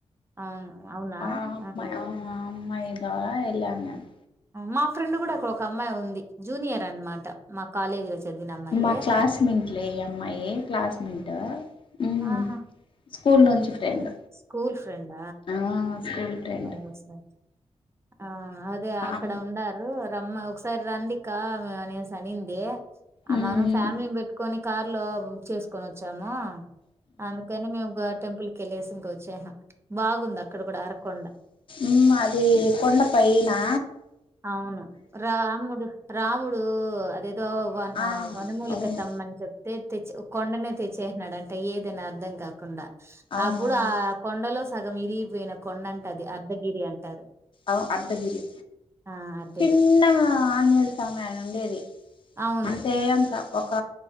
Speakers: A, on the right (about 25°); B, on the left (about 50°).
A: అవును అవునా
B: ఆ అమా
A: ఆహా
B: అమ్మాయి ద్వారా వెళ్ళాను నేను
A: మా ఫ్రెండ్ కూడా అక్కడ ఒక అమ్మాయి ఉంది జూనియర్ అనమాట మా కాలేజీలో చదివినమ్మాయే
B: మా క్లాస్మేట్లే ఈ అమ్మాయి క్లాస్మేట్ ఉమ్
A: ఆహా
B: స్కూల్ నుంచి ఫ్రెండ్
A: స్కూల్ ఫ్రెండ
B: ఆ స్కూల్ ఫ్రెండ్
A: దోస్తులాం ఆ అదే
B: ఆ
A: అక్కడ ఉన్నారు రమ్మ ఒకసారి రండిక మేము అనేసి అనింది
B: ఉమ్
A: మనం ఫ్యామిలీని పెట్టుకొని కార్ లో బుక్ చేసుకొని వచ్చాము అందుకని మేము గా టెంపుల్ కేళ్ళేసి ఇంక వచ్చేసినం బాగుంది అక్కడ కూడా అరకొం
B: ఉ అది కొండ పైనా
A: అవును రాముడు రాముడు అదే దొ
B: ఆ
A: వనమూలిక
B: అవును
A: తెమ్మ ని చెప్ తెచ్చి కొండనే తెచ్చేసినడంట ఏదనా అర్థం కాకుండా
B: అవునవును
A: అప్పుడు ఆ కొండలో సగం ఇరిగిపోయిన కొండ అంట అది అర్ధగిరి అంటారు
B: అ అర్ధగిరి
A: ఆ అర్ధగిరి
B: చిన్న ఆంజనేయ స్వామి అని ఉండేది
A: అవును
B: అంతే అంత ఒక